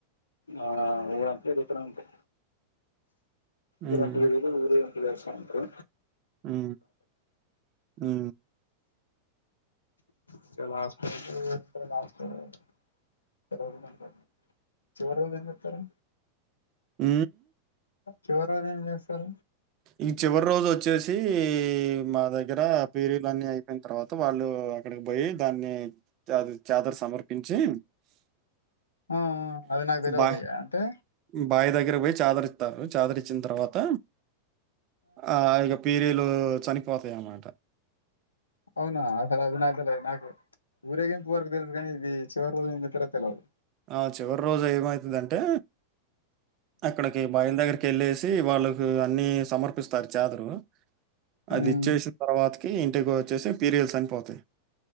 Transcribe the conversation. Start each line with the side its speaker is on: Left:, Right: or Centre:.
Left: ఆ <unintelligible>
Right: <inaudible> హ్మ్.
Left: ఊరందురు ఊరేగింపుగా వచ్చినప్పుడు
Right: ఉ ఉ
Left: ఇక లాస్ట్ రోజు <unintelligible> చివరి రోజు ఏం చేస్తారు
Right: ఊ
Left: చివరి రోజు ఏం చేస్తారు
Right: ఈ చివరి రోజు వచ్చేసి మా దగ్గర పేరీలు అన్ని అయిపోయిన తర్వాత త వాళ్ళు అక్కడికి పోయి దాన్ని చా చాదర సమర్పించి
Left: ఆ అది నాకు తెలియదు
Right: బా
Left: ఇగ అంటే
Right: బావి దగ్గరకి పోయి చాదరిస్తారు చాదరిచ్చిన తర్వాత ఆ ఇగ పిరీలు లు చనిపోతాయ్ అనమాట
Left: అవునా అసలు అది నాకు నాకు ఊరేగింపు వరుకు తెలుసు కానీ చివర్లో ఎమ్ చేస్తారో తెలియదు
Right: ఆ చివరి రోజు ఏమైతుది అంటే అక్కడికి బాయిలు దగ్గరికి వెళ్ళేసి వాళ్ళకు అన్ని సమర్పిస్తారు చాదరు అది
Left: ఉమ్
Right: ఇచ్చేసిన తర్వాత ఇంటికి వచ్చేసి పీరిల్స్ చనిపోతాయి